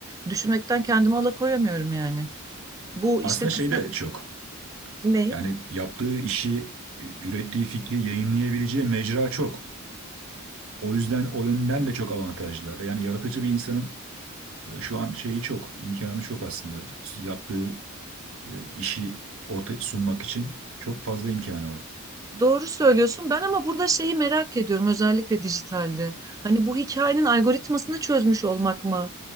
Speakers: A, on the right; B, on the right.
A: Düşünmekten kendimi alıkoyamıyorum yani. Bu
B: Aslında
A: işte kısa
B: şey de çok.
A: ne?
B: Yani yaptığı işi, e, ürettiği fikri yayınlayabileceği mecra çok. O yüzden o yönden de çok avantajlılar. Yani yaratıcı bir insanın e, şu an şeyi çok, imkanı çok aslında. Yaptığı e, işi ortaya sunmak için çok fazla imkanı var.
A: Doğru söylüyorsun. Ben ama burada şeyi merak ediyorum özellikle dijitalde. Hani bu hikayenin algoritmasını çözmüş olmak mı